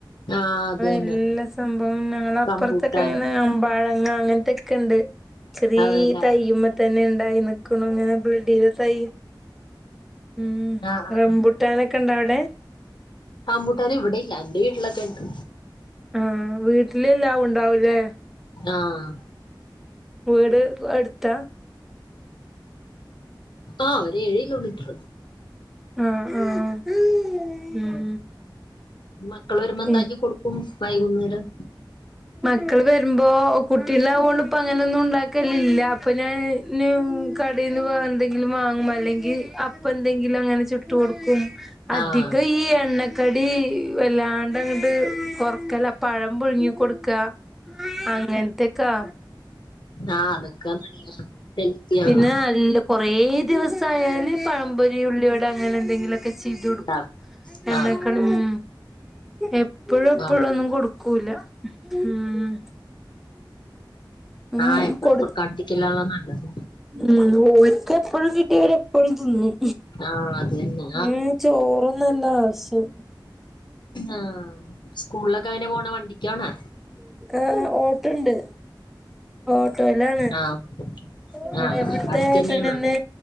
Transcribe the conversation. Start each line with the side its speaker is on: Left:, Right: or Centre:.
Left: ആഹ് അത് തന്നെ
Centre: എല്ല സംഭവം ഞങ്ങളപ്പുറക്കെ
Left: റംബൂട്ടാൻ
Centre: അങ്ങനെ പാഴങ്ങ അങ്ങനത്തെൊക്കെ ഉണ്ട് ചെറിയ
Left: അതേല്ലേ
Centre: തയ്യ്മ തന്നെ ഇണ്ടായി അങ്ങനെ ബെഡ് ചെയ്ത തൈ ഉ
Left: ആഹ് ആഹ്
Centre: റംബുട്ടാനൊക്കെ ഉണ്ടാ അവിടെ
Left: റംമ്പൂട്ടന് ഇവിടെ ഇല്ല എന്റെ വീട്ടിലൊക്കെ ഉണ്ട്
Centre: ആ വീട്ടിലെല്ലാവും ഉണ്ടാവൂലേ
Left: ആഹ്
Centre: വീട് എട്ത്താ
Left: ആ ഒരു ഏഴ് കിലോമീറ്റർ
Centre: ആഹ് ആഹ് ഉം
Left: മക്കൾ വരുമ്പോന്താക്കി
Centre: ഉം
Left: കൊടുക്കും വൈകുന്നേരം
Centre: മക്കള് വരുമ്പോ കുട്ടിണ്ടാവോണ്ടപ്പോ അങ്ങനെയൊന്നും ഉണ്ടാക്കലല്ല അപ്പൊ ഞാൻ കടയിൽന്ന് എന്തെങ്കിലും വാങ്ങും അല്ലെങ്കിൽ അപ്പ എന്തെങ്കിലും അങ്ങനെ ചുട്ട് കൊടുക്കും അധികം
Left: ആഹ്
Centre: ഈ എണ്ണക്കടി വല്ലാണ്ട് അങ്ങട്ട് കൊറക്കല പഴം പുഴുങ്ങി കൊട്ക്കാ അങ്ങൻത്തക്കാ
Left: ആ അതൊക്കെ നല്ലതാ ഹെൽത്തി
Centre: പിന്നെ
Left: ആണ്
Centre: നല്ല കുറേ ദിവസം ആയാല് പഴപൊരി ഉള്ളിവട അങ്ങനെ എന്തെങ്കിലൊക്കെ ക്കെ ചെയ്തു കൊടുക്കും
Left: ഉണ്ടാക്കും
Centre: എണ്ണകളും
Left: ആഹ്
Centre: എപ്പഴും എപ്പഴും
Left: ആഹ്
Centre: ഒന്നും കൊടുക്കൂല ഉം ഉം
Left: ആഹ എപ്പഴും
Centre: കൊടു
Left: കൊടുക്കണ്ടിരിക്കല നല്ലത്
Centre: ഉം ഓൽക്ക് എപ്പോളും കിട്ടിയ എപ്പോളും തിന്നും
Left: ആഹ അതന്നെ
Centre: ഉം ചോറോന്നുല്ല ആവശ്യം
Left: ആഹ സ്കൂളിലൊക്കെ എങ്ങനെ പോണ വണ്ടിക്കാണോ
Centre: ആഹ് ഓട്ടോ ഉണ്ട് ഓട്ടോയിലാണ്
Left: ആഹ്
Centre: ഇവിടെ
Left: ആഹ്
Centre: ഇവിടത്തെ
Left: അടുത്തന്നെയാണോ
Centre: ഏട്ടനെന്നെ